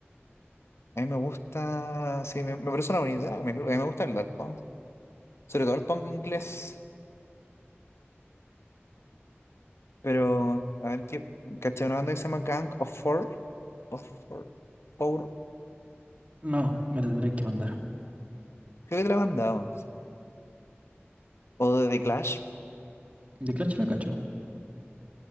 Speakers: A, on the left; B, on the right.
A: a mí me gusta. Sí, me, me parece una buena idea. Me, a mí me gusta el dark punk, sobre todo el punk inglés. Pero, a ver, ¿qué, caché una banda que se llama Gang of Four? Of Four. Four.
B: No, me lo tendréis que mandar.
A: Creo que te la he mandado. O de The Clash,
B: De Clash la cacho.